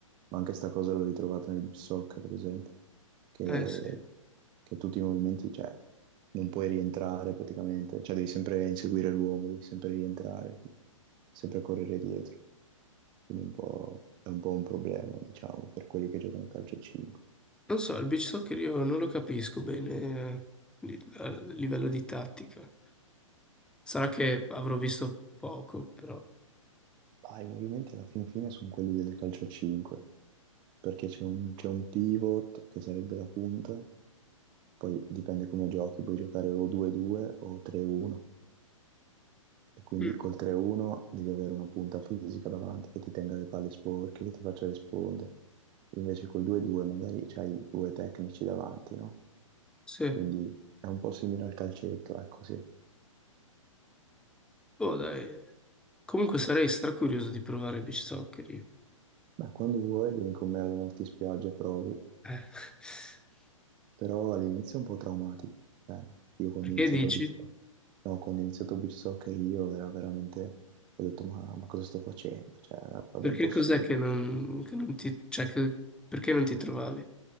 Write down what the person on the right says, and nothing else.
Ma anche sta cosa l'ho ritrovata nel beach soccer, ad esempio, che,
che tutti i movimenti, cioè, non puoi rientrare praticamente, cioè devi sempre inseguire l'uomo, devi sempre rientrare, sempre correre dietro quindi un po', è un po' un problema, diciamo, per quelli che giocano a calcio 5.
Ah, i movimenti alla fin fine sono quelli del calcio 5, perché c'è un, c'è un pivot che sarebbe la punta, poi dipende come giochi, puoi giocare o 2-2 o 3-1, e quindi
col 3-1 devi avere una punta fisica davanti che ti tenga le palle sporche, che ti faccia le sponde. Invece col 2-2 magari c'hai due tecnici davanti, no?
Quindi è un po' simile al calcetto, ecco sì.
Beh, quando vuoi vieni con me a allenarti in spiaggia, provi.
però all'inizio è un po' traumatico. Cioè, io quando
ho iniziato
a beach soccer, no, quando ho iniziato a beach soccer io era veramente, ho detto ma, ma cosa sto facendo? Cioè, è una roba
impossibile.